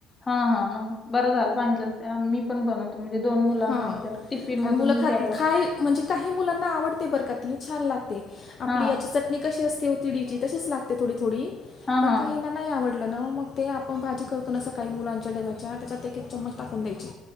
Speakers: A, on the left; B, on the left.
A: हा हा मग बरं झालं सांगितलं मी पण बनवत म्हणजे दोन मुलांना
B: हां
A: माझ्या टिफिन मधून
B: आणि मुलं खात
A: द्याय का
B: खाय म्हणजे काही मुलांना आवडते बरक ती छान लागते आपली
A: हां,
B: याची चटणी कशी असते तिडीची तशीच लागते थोडी थोडी
A: हां,
B: पण
A: हां.
B: काहीना नाही आवडलं ना मग ते आपण भाजी करतो काही मुलांच्या डब्याच्या आत एक-एक चमच टाकून द्यायची